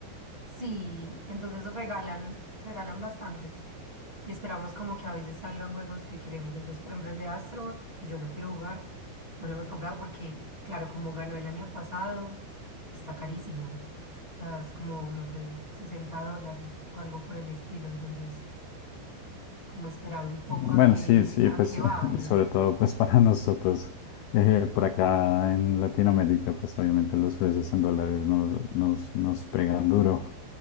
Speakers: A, on the right; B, on the left.
A: sí, entonces regalan, regalan bastantes y esperamos como que a veces salgan juegos que queremos. Entonces, por ejemplo, el de Astrobot, que yo lo quiero jugar, no lo hemos comprado porque, claro, como ganó el año pasado, está carísimo. O sea, es como, no sé, 60 dólares o algo por el estilo. Entonces, como esperar un poco
B: Bueno,
A: a que,
B: sí, sí,
A: a
B: pues
A: que baje.
B: <laughs> y sobre todo pues para nosotros eh, por acá en Latinoamérica, pues obviamente los precios en dólares nos, nos, nos pegan duro,